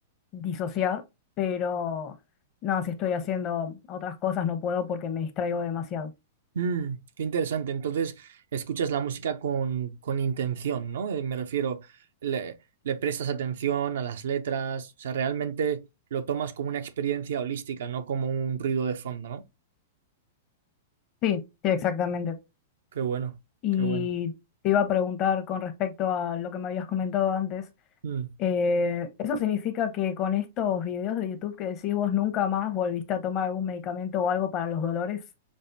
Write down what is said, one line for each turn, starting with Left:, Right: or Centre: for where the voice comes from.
Left: disociar, pero no, si estoy haciendo otras cosas no puedo porque me distraigo demasiado.
Right: mm, qué interesante. Entonces, escuchas la música con, con intención, ¿no? Eh, me refiero, le, le prestas atención a las letras, o sea, realmente lo tomas como una experiencia holística, no como un ruido de fondo, ¿no?
Left: Sí, sí, exactamente.
Right: Qué bueno,
Left: Y
Right: qué bueno.
Left: te iba a preguntar con respecto a lo que me habías comentado antes.
Right: Mm.
Left: eh, ¿eso significa que con estos videos de YouTube que decís vos nunca más volviste a tomar algún medicamento o algo para los dolores?